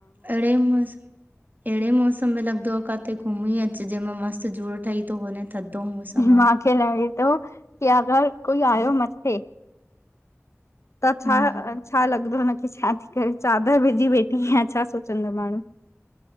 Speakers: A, on the right (about 35°); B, on the left (about 65°).
A: अडे मज़ अहिड़े मौसम में लॻंदो आ, काथे घुमी अचिजे जंहिंमें मस्तु जुड ठही थो वञे। थधो मौसम आ
B: मांखे लॻे थो, की अगरि कोई आयो मथे त
A: हम्म
B: छा छा लॻंदो हुनखे, छा थी करे चादरु विझी वेठी आयां, छा सोचंदो माण्हू